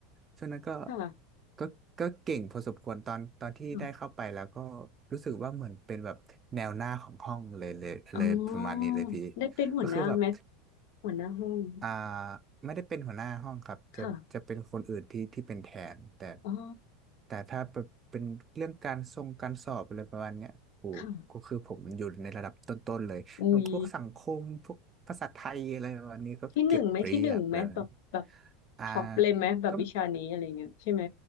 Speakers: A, on the right (about 25°); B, on the left (about 70°).
A: ช่วงนั้นก็
B: ค่ะ
A: ก็ก็เก่งพอสมควรตอนตอนที่ได้เข้าไปแล้วก็
B: ค่ะ
A: รู้สึกว่าเหมือนเป็นแบบแนวหน้าของห้องเลยเลยเลยประมาณนี้เลยพี่
B: อ๋อได้เป็นหัวหน้าไหม
A: ก็คือแบบ
B: หัวหน้าห้อง
A: อ่าไม่ได้เป็นหัวหน้าห้องครับจะจะเป็นคนอื่นที่ที่เป็นแทนแต่
B: ค่ะอ๋อ
A: แต่ถ้าเป็นเรื่องการทรงการสอบอะไรประมาณเนี้ยโอ้ก็คือผมอยู่ในระดับต้นๆเลยแล้วพวกสังคมพวกภาษาไทยอะไรประมาณนี้ก็เก็บเรียบเลย
B: ค่ะอุ้ย ที่หนึ่งไหมที่หนึ่งไหมแบบแบบ
A: อ่า
B: ท็อปเลยไหมแบบวิชานี้อะไรเงี้ยใช่ไหม
A: ก็